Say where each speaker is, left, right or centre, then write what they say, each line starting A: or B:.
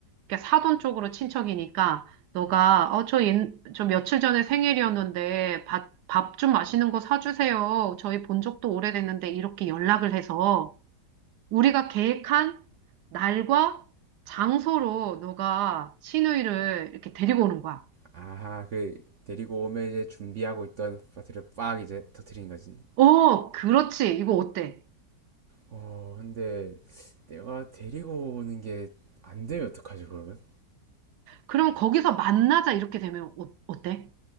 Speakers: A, on the right; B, on the right.
A: 그러니까 사돈 쪽으로 친척이니까 너가 어, 저, 옛, 저 며칠 전에 생일이었는데 밥, 밥 좀 맛있는 거 사주세요. 저희 본 적도 오래됐는데 이렇게 연락을 해서 우리가 계획한 날과 장소로 너가 시누이를 이렇게 데리고 오는 거야.
B: 아하 그 데리고 오면 이제 준비하고 있던 파티를 빡 이제 터트린 거지
A: 어, 그렇지. 이거 어때?
B: 어 근데 내가 데리고 오는 게 안 되면 어떡하지 그러면?
A: 그럼 거기서 만나자 이렇게 되면 어, 어때?